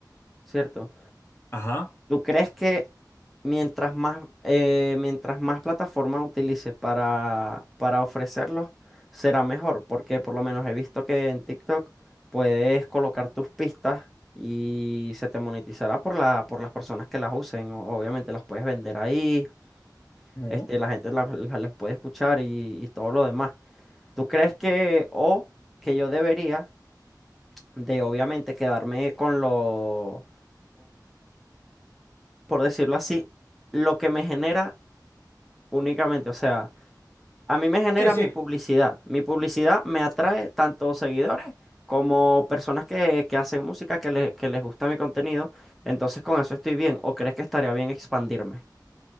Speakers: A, in the centre; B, on the left.
A: ¿cierto?
B: Ajá.
A: ¿Tú crees que mientras más, eh, mientras más plataforma utilice para, para ofrecerlos, será mejor? Porque por lo menos he visto que en TikTok puedes colocar tus pistas y se te monetizará por la, por las personas que las usen. O- Obviamente las puedes vender ahí,
B: Ujú.
A: este, la gente las, las- las puede escuchar y, y todo lo demás. ¿Tú crees que, o que yo debería de obviamente quedarme con lo por decirlo así, lo que me genera únicamente. O sea, a mí me genera
B: Sí, sí.
A: mi publicidad. Mi publicidad me atrae tanto seguidores como personas que, que hacen música, que, le- que les gusta mi contenido. Entonces con eso estoy bien. ¿O crees que estaría bien expandirme?